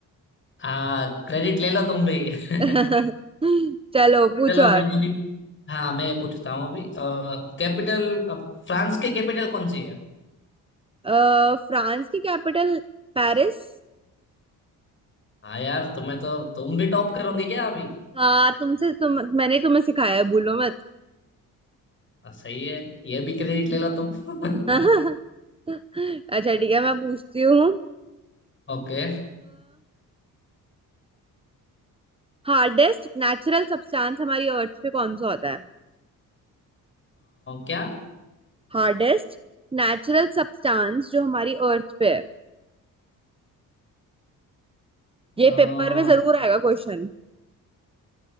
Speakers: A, on the left (about 35°); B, on the right (about 15°).
A: हाँ क्रेडिट ले लो तुम भी <laughs>
B: <laughs> चलो पूछो
A: चलो
B: आगे
A: मैं अभी हाँ मैं पूछता हूँ अभी कैपिटल फ्रांस की कैपिटल कौन सी है
B: अ, फ्रांस की कैपिटल पेरिस
A: हाँ यार तुम्हें तो तुम भी टॉप करोगे क्या अभी
B: हाँ तुमसे तुम मैंने तुम्हें सिखाया है, भूलो मत
A: आ, सही है ये भी क्रेडिट ले लो तुम <laughs>
B: <laughs> अच्छा ठीक है मैं पूछती हूँ
A: ओके आ,
B: हार्डेस्ट नेचुरल सब्सटेंस हमारी अर्थ पे कौन सा होता है
A: क्या
B: हार्डेस्ट नेचुरल सब्सटेंस जो हमारी अर्थ पे है ये
A: अ,
B: पेपर में जरूर आएगा क्वेश्चन